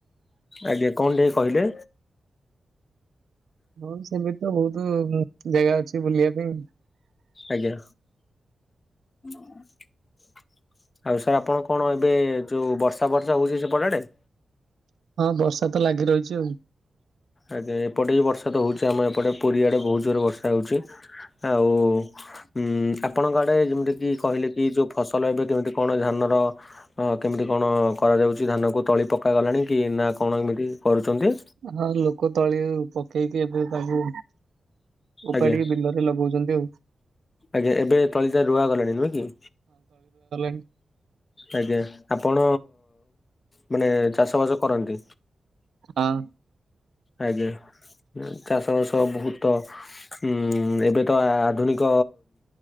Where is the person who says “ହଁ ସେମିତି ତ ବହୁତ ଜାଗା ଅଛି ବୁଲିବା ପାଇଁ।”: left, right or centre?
Right